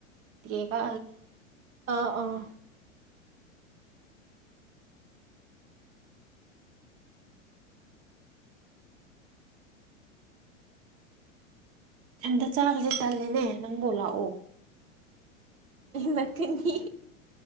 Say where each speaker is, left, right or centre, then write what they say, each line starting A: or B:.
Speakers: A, on the right; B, on the right.
A: ꯊꯀ
B: ꯑꯥ ꯑꯥ
A: ꯍꯟꯗ ꯆꯥꯕꯁꯦ ꯇꯂꯦꯅꯦ ꯅꯪꯕꯨꯣ ꯂꯥꯛꯑꯣ
B: ꯂꯀꯅꯤ